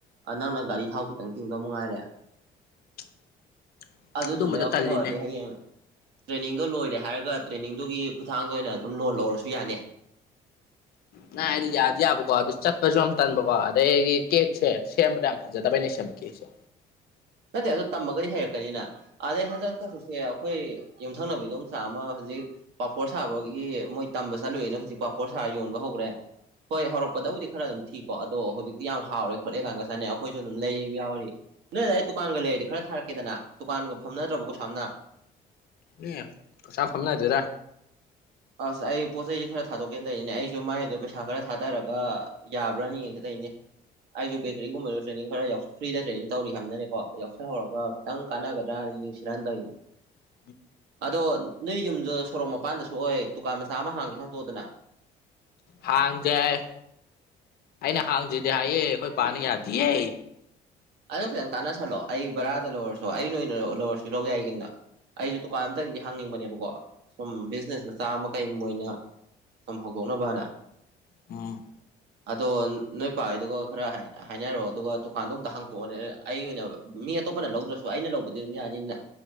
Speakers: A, on the right; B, on the left.
A: ꯑꯥ ꯅꯪꯅ ꯒꯥꯔꯤ ꯊꯥꯎ ꯈꯤꯇꯪ ꯇꯤꯡꯗꯧ ꯃꯉꯥꯏꯔꯦ
B: <inaudible>
A: ꯑꯗꯨꯗꯨꯃ ꯌꯥꯎꯁꯜꯍꯧꯔꯗꯤ
B: ꯇꯜꯂꯤꯅꯦ
A: ꯍꯌꯦꯡ ꯇ꯭ꯔꯦꯅꯤꯡꯗꯣ ꯂꯣꯏꯔꯦ ꯍꯥꯏꯔꯒ ꯇ꯭ꯔꯦꯅꯤꯡꯗꯨꯒꯤ ꯈꯨꯠꯊꯥꯡꯗ ꯑꯣꯏꯅ ꯗꯨꯝ ꯂꯣꯟ ꯂꯧꯔꯁꯨ ꯌꯥꯅꯤ
B: ꯅꯪ ꯍꯥꯏꯔꯤꯗꯣ ꯌꯥꯗꯤ ꯌꯥꯕꯀꯣ ꯑꯗꯨ ꯆꯠꯄꯁꯨ ꯌꯥꯝ ꯇꯟꯕꯀꯣ ꯑꯗꯩꯒꯤ ꯀꯦꯛꯁꯦ ꯁꯦꯝꯕꯗ ꯐꯖꯗꯕꯩ ꯅꯦ ꯁꯦꯝ ꯀꯦꯛꯁꯦ
A: ꯅꯠꯇꯦ ꯑꯗꯨ ꯇꯝꯃꯒꯗꯤ ꯍꯩꯔꯛꯀꯅꯤꯅ ꯑꯗꯩ ꯍꯟꯗꯛꯇꯁꯨ ꯁꯦ ꯑꯩꯈꯣꯏ ꯌꯨꯝꯊꯪꯅꯕꯩꯗꯣ ꯑꯣꯣꯝꯗꯣꯝꯆꯥ ꯑꯃ ꯍꯧꯖꯤꯛ ꯄꯥꯐꯣꯔ ꯁꯥꯕꯒꯤ ꯃꯣꯏ ꯇꯝꯕ ꯆꯠꯂꯨꯏꯌꯦꯅ ꯍꯧꯖꯤꯛ ꯄꯥꯐꯣꯔ ꯁꯥꯔꯥ ꯌꯣꯟꯕ ꯍꯧꯒ꯭ꯔꯦ ꯍꯣꯏ ꯍꯧꯔꯛꯄꯗꯕꯨꯗꯤ ꯈꯔ ꯊꯤꯀꯣ ꯑꯗꯣ ꯍꯧꯖꯤꯛꯇꯤ ꯌꯥꯝ ꯍꯥꯎꯔꯦ ꯈꯣꯠꯂꯦ ꯒꯥꯏꯅꯒ ꯆꯥꯟꯅꯩ ꯑꯩꯈꯣꯏꯁꯨ ꯑꯗꯨꯝ ꯂꯩꯕ ꯌꯥꯎꯔꯤ ꯅꯣꯏ ꯑꯗꯥꯏ ꯗꯨꯀꯥꯟꯒ ꯂꯩꯔꯗꯤ ꯈꯔ ꯊꯥꯔꯛꯀꯦꯗꯅ ꯗꯨꯀꯥꯟꯒ ꯐꯝꯅꯗ꯭ꯔꯕ ꯀꯩꯁꯨꯌꯥꯝꯅ
B: ꯑꯦ ꯀꯩꯁꯨꯑꯥꯝ ꯐꯝꯅꯗ꯭ꯔꯦꯗ
A: ꯑꯁ ꯑꯩ ꯄꯣꯠ ꯆꯩꯁꯦ ꯈꯔ ꯊꯥꯗꯣꯛꯀꯦꯅ ꯇꯩꯅꯤꯅꯦ ꯑꯩꯁꯨ ꯃꯥꯏꯗꯣ ꯄꯩꯁꯥ ꯈꯔ ꯊꯥꯗꯔꯛ ꯒ ꯌꯥꯕ꯭ꯔꯥꯅꯥ ꯌꯦꯡꯒꯦ ꯇꯩꯅꯦ ꯑꯩꯁꯨ ꯕꯦꯀ꯭ꯔꯤꯒꯨꯝꯕꯗ ꯇ꯭ꯔꯦꯅꯤꯡ ꯈꯔ ꯌꯥꯎꯁ ꯐ꯭ꯔꯤꯗ ꯇ꯭ꯔꯦꯅꯤꯡ ꯇꯧꯔꯤ ꯍꯥꯏꯕꯅꯅꯦꯀꯣ ꯌꯥꯎꯁꯜꯍꯧꯔꯒ ꯈꯤꯇꯪ ꯀꯥꯟꯅꯒꯗ꯭ꯔꯥꯅ ꯌꯦꯡꯁꯤꯔꯥꯅ ꯇꯧꯏꯅꯤ
B: <inaudible>
A: ꯑꯗꯣ ꯅꯣꯏ ꯌꯨꯝꯖꯣ ꯁꯣꯔꯣꯛ ꯃꯄꯥꯟꯗ ꯁꯣ ꯁꯨꯑꯣꯏ ꯗꯨꯀꯥꯟ ꯃꯆꯥ ꯑꯃ ꯍꯥꯡꯒꯦ ꯍꯥꯡꯗꯣꯛꯑꯣꯗꯅ
B: ꯍꯥꯡꯖꯦ ꯍꯥꯢ ꯑꯩꯅ ꯍꯥꯡꯖꯤꯗꯤ ꯍꯥꯏꯌꯦ ꯑꯩꯈꯣꯏ ꯄꯥꯅ ꯌꯥꯗꯤꯌꯦ
A: ꯑꯗꯣ ꯈꯤꯇꯪ ꯇꯥꯟꯅꯁꯤꯜꯂꯣ ꯑꯩ ꯕꯔꯥꯗ ꯂꯧꯔꯁꯨ ꯑꯩꯅ ꯑꯣꯏꯅ ꯂꯧꯔꯁꯨ ꯂꯧ ꯌꯥꯏ ꯀꯩꯅꯣ ꯑꯩꯁꯨ ꯗꯨꯀꯥꯟ ꯑꯝꯇꯪꯗꯤ ꯍꯥꯡꯅꯤꯡꯕꯅꯦꯕꯀꯣ ꯁꯨꯝ ꯕꯤꯖꯤꯅꯦꯁ ꯃꯆꯥ ꯑꯃ ꯀꯩꯃ ꯑꯣꯏꯅ ꯁꯨꯝ ꯍꯧꯗꯣꯛꯅꯕꯅ
B: ꯎꯝ
A: ꯑꯗꯣ ꯅꯣꯏ ꯄꯥꯏꯗꯨꯒ ꯈꯔ ꯍꯥꯏ ꯍꯥꯏꯅꯔꯣ ꯑꯗꯨꯒ ꯗꯨꯀꯥꯟꯗꯣ ꯑꯝꯇ ꯍꯪ ꯀꯣꯅꯦ ꯑꯩꯒꯤ ꯑꯣꯏꯅꯕ ꯃꯤ ꯑꯇꯣꯞꯄꯅ ꯂꯧꯗ꯭ꯔꯥꯁꯨ ꯑꯩꯅ ꯂꯧꯕꯗꯤ ꯑꯗꯨꯝ ꯌꯥꯅꯤꯅ